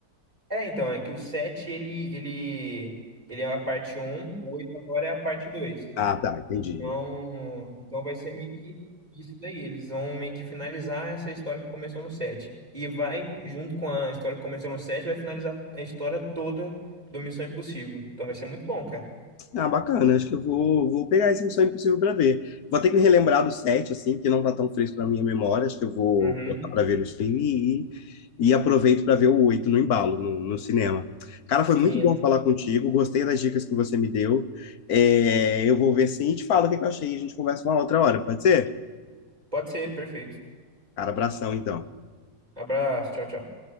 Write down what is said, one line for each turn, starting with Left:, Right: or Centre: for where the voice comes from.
Right: É, então, é que o 7, ele, ele, ele é a parte um, o 8 agora é a parte 2.
Left: Ah, tá, entendi.
Right: Então, então vai ser meio que isso daí. Eles vão meio que finalizar essa história que começou no 7. E vai, junto com a história que começou no 7, vai finalizar a história toda do Missão Impossível. Então vai ser muito bom, cara.
Left: Ah, bacana. Acho que eu vou, vou pegar esse Missão Impossível para ver. Vou ter que me relembrar do set, assim, que não tá tão fresco na minha memória. Acho que eu vou
Right: Uhum.
Left: colocar para ver no streaming e, e aproveito para ver o 8 no embalo, no, no cinema. Cara,
Right: Sim.
Left: foi muito bom falar contigo. Gostei das dicas que você me deu. É, eu vou ver sim e te falo o que que eu achei. A gente conversa uma outra hora, pode ser?
Right: Pode ser, perfeito.
Left: Cara, abração então.
Right: Abraço, tchau, tchau.